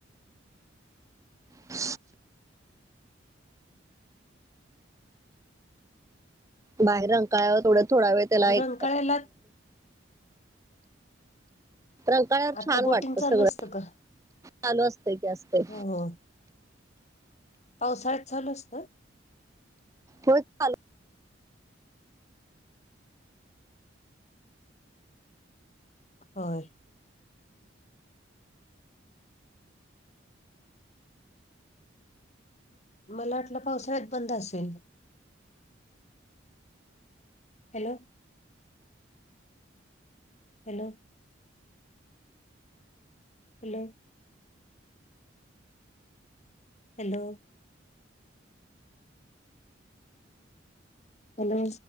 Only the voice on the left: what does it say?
रंकाळ्याला
आता
बोटिंग
चालू असत का
हो हो. पावसाळ्यात चालु असत.
हो मला वाटलं पावसाळ्यात बंद असेल hello hello hello hello hello